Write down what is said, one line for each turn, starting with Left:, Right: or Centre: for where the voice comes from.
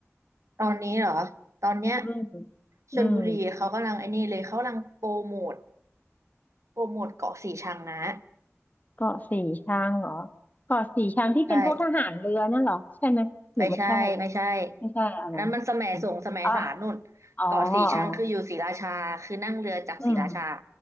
Right: ตอนนี้เหรอตอนเนี้ย
Left: อืม
Right: ชลบุรีเขากำลังไอ้นี่เลยเขากำลังโปรโมท
Left: อืม
Right: โปรโมทเกาะสีชังนะ
Left: เกาะสีชังเหรอเกาะสีชังที่เป็นพวกทหารเรือนั่นเหรอใช่ไหมหรือไม่ใช่
Right: ใช่ไม่ใช่ไม่ใช่
Left: ไม่ใช่อะไร
Right: อันนั้นมันแสมสงฆ์แสมสารนู่นเกาะสีชังคืออยู่ศรีราชาคือนั่งเรือจากศรีราชา
Left: ออ๋ออ๋ออ๋ออืม